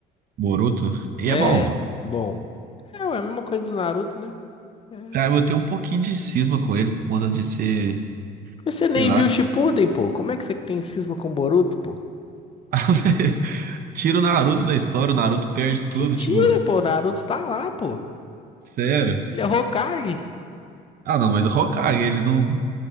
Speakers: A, on the right; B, on the left.
A: Boruto, e
B: É,
A: é bom.
B: bom. É, ué, a mesma coisa do Naruto, né? É.
A: Cara, eu tenho um pouquinho de cisma com ele por conta de ser,
B: Mas você nem
A: sei lá.
B: viu o Shippuden, pô. Como é que você tem cisma com o Boruto, pô?
A: <laughs> Tira o Naruto da história, o Naruto perde tudo,
B: Que tira,
A: tipo,
B: pô. O Naruto tá lá, pô.
A: sério.
B: Ele é Hokage.
A: Ah, não, mas o Hokage, ele não.